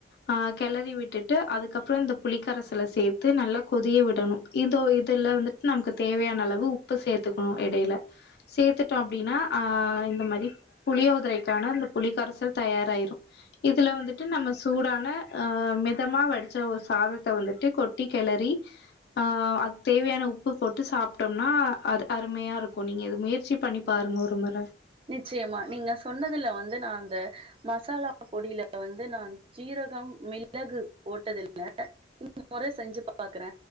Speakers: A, on the left; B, on the right.
A: ஆ கெளரி விட்டுட்டு அதுக்கப்றொ இந்த புளிக்கரசல சேத்து நல்லா கொதிய விடணு இதோ இதுல வந்துட்டு நமக்கு தேவையானளவு உப்பு சேத்துக்கணு எடைல சேத்துட்டோ அப்டின்னா ஆ இந்த மாரி புளியோதரைக்கான அந்த புளி கரசல் தயாராய்ரு இதுல வந்துட்டு நம்ம சூடான ஆ மெதமா வடிச்ச ஒரு சாதத்த வந்துட்டு கொட்டி கெளறி ஆ அத்தேவையான உப்பு போட்டு சாப்டோம்னா அது அருமையா இருக்கு நீங்க இது முயற்சி பண்ணிப் பாருங்க ஒரு முற
B: நிச்சயமா நீங்க சொன்னதுல வந்து நா அந்த மசாலா பொடியில வந்து நான் ஜீரகம் மிளகு போட்டதில்ல <inaudible> செஞ்சு பாக்குற